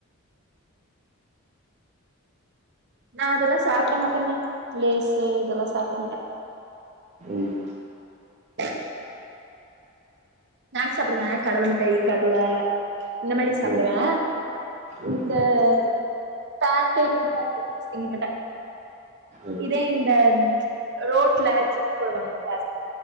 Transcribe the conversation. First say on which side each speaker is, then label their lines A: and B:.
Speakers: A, on the right; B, on the right.
A: நா அதெல்லா சாப்பிட மாட்டேங்க லேசு இதெல்லா சாப்பிட மாட்டே
B: ம்
A: ஆஹ நாக்ஸ் சாப்பிடுவே கடல மிட்டாயி கடல இந்த மாரி சாப்பிடுவே
B: ம் ம்
A: இந்த <inaudible> மாட்ட
B: ம்
A: இதே இந்த ம் ச்ச் ரோட்ல <inaudible> போடுவாங்கள